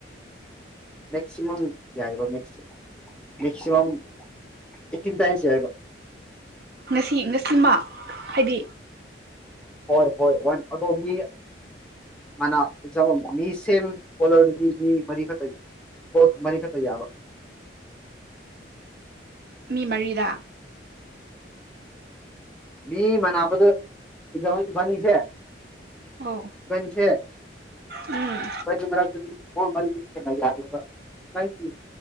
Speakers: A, in the centre; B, on the right.
A: ꯃꯦꯛꯁꯤꯃꯝ ꯌꯥꯏꯕ ꯃꯦꯛ <unintelligible> ꯃꯦꯛꯁꯤꯃꯝ ꯑꯇꯤꯟ ꯇꯥꯏꯝꯁ ꯌꯥꯏꯕ
B: ꯉꯁꯤ ꯉꯁꯤꯃ ꯍꯥꯏꯗꯤ
A: ꯍꯣꯏ ꯍꯣꯏ ꯍꯣꯏ ꯑꯗꯣ ꯃꯤ ꯃꯥꯅ ꯑꯦꯛꯖꯥꯝ ꯃꯤ ꯁꯦꯝ ꯀꯣꯂꯔꯗꯨꯗꯤ ꯃꯤ ꯃꯔꯤꯈꯛꯇ ꯃꯔꯤꯈꯛꯇ ꯌꯥꯕ
B: ꯃꯤ ꯃꯔꯤꯗ
A: ꯃꯤ ꯃꯅꯥꯕꯗꯨ <unintelligible> ꯏꯕꯥꯟ ꯅꯤꯁꯦ
B: ꯑꯧ
A: <unintelligible>
B: ꯎꯝ
A: <inaudible> ꯍꯦꯟꯅꯥ ꯌꯥꯗꯦꯕ ꯅꯪꯒꯤ